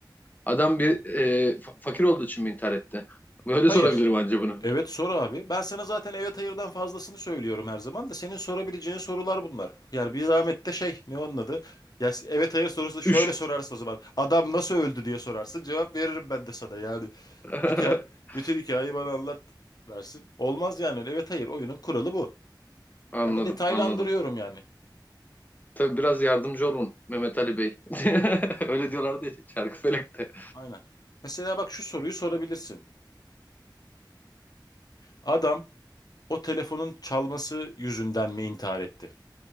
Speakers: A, on the left (about 20°); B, on the left (about 55°).
A: Adam bir e, fa- fakir olduğu için mi intihar etti? Böyle
B: Hayır.
A: sorabilirim anca bunu.
B: Evet sor abi. Ben sana zaten evet hayırdan fazlasını söylüyorum her zaman da senin sorabileceğin sorular bunlar. Yani bir zahmet de şey ne onun adı? Ya evet hayır sorusu şöyle
A: Üş.
B: sorarsın o zaman. Adam nasıl öldü diye sorarsın. Cevap veririm ben de sana yani.
A: <laughs>
B: Hikaye, bütün hikayeyi bana anlat dersin. Olmaz yani öyle. Evet hayır oyunun kuralı bu.
A: Anladım,
B: Ama detaylandırıyorum
A: anladım.
B: yani.
A: Tabii biraz yardımcı olun Mehmet Ali Bey. <laughs> Öyle diyorlardı ya Çarkıfelek'te.
B: Aynen. Mesela bak şu soruyu sorabilirsin. Adam o telefonun çalması yüzünden mi intihar etti?